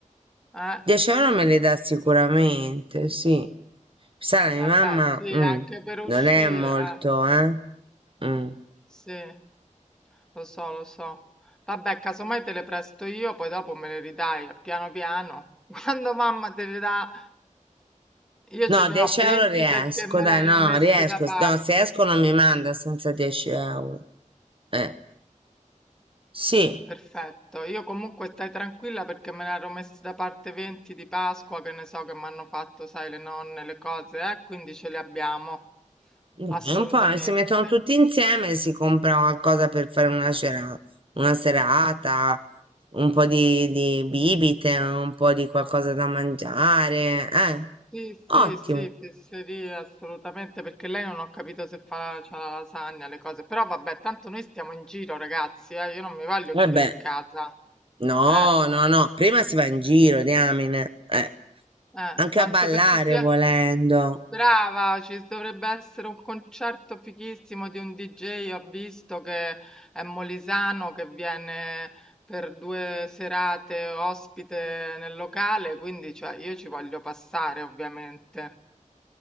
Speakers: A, in the centre; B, on the right.
A: Eh,
B: 10 euro me li dà sicuramente, sì. Sai, la
A: eh
B: mia
A: beh,
B: mamma
A: sì,
B: mm,
A: anche per uscire,
B: non è molto,
A: eh,
B: eh? Mm.
A: sì, lo so, lo so. Vabbè, casomai te le presto io, poi dopo me le ridai, piano piano. <laughs> Quando mamma te le dà, io
B: No,
A: ce ne
B: 10
A: ho 20
B: euro riesco,
A: perché me
B: dai,
A: le ero
B: no,
A: messi
B: riesco.
A: da parte.
B: No, se esco non mi manda senza 10 euro. Eh, sì,
A: Perfetto, io comunque stai tranquilla perché me ne ero messi da parte 20 di Pasqua, che ne so che mi hanno fatto, sai, le nonne, le cose, eh, quindi ce le abbiamo,
B: dai,
A: assolutamente.
B: un po' eh, si mettono tutti insieme e si compra qualcosa per fare una sera- una serata, un po' di, di bibite, un po' di qualcosa da mangiare. Eh,
A: Sì,
B: ottimo.
A: sì, sì, fesserie assolutamente, perché lei non ho capito se fa, c'ha la lasagna, le cose, però vabbè, tanto noi stiamo in giro, ragazzi, eh, io non mi voglio
B: Vabbè,
A: chiudere in casa.
B: no,
A: Eh,
B: no, no, prima si va in giro, diamine. Eh,
A: eh,
B: anche
A: penso
B: a ballare
A: che ci sia.
B: volendo.
A: Brava, ci dovrebbe essere un concerto fighissimo di un DJ, ho visto che è molisano, che viene per due serate ospite nel locale, quindi cioè, io ci voglio passare, ovviamente.